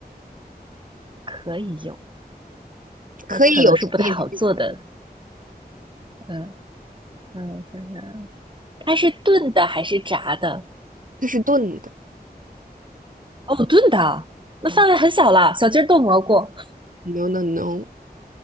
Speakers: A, on the right (about 30°); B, on the right (about 55°).
A: <laughs> 可以有，
B: 可以有，
A: 那可能是不太好做的。
B: 也可以没有
A: 嗯嗯，想想，它是炖的还是炸的？
B: 它是炖的。
A: 哦，炖的啊那范围很小了。
B: 嗯
A: 小鸡儿炖蘑菇，
B: No no no